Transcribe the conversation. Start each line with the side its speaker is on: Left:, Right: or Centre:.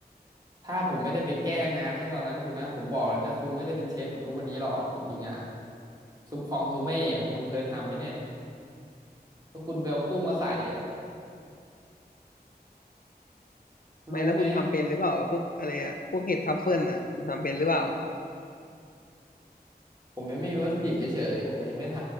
Right: ถ้าผมไม่ได้ไปแก้งานให้ตอนนั้นคุณนะผมบอกเลยนะคุณไม่ได้เป็นเชฟถึงทุกวันนี้หรอกจริงๆอ่ะซุปคองซูเม่คุณเคยทำไหมเนี่ยถ้าคุณไปเอากุ้งมาใส่อะคุณรู้ไหม
Left: ไม่แล้วคุณทำเป็นหรือเปล่าพวกอะไรอ่ะพวกเห็ดทัฟเฟิลน่ะคุณทำเป็นหรือเปล่า
Right: ผมยังไม่มีวัตถุดิบเฉยๆผมเลยยังไม่ท